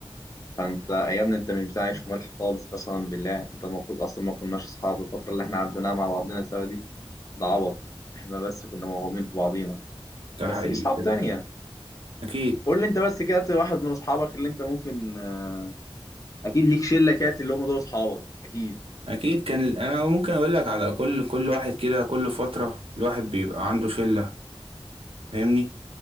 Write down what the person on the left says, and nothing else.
فانت يا ابني انت مش بتاع عيش وملح خالص قسما بالله انت المفروض اصلا ما كناش اصحاب الفترة اللي احنا عديناها مع بعضنا سوا دي ده عبط احنا بس كنا موهومين في بعضينا
بس
في صحاب تانية
قول لي انت بس كده واحد من اصحابك اللي انت ممكن آه، اكيد ليك شله كانت اللي هم دول اصحابك اكيد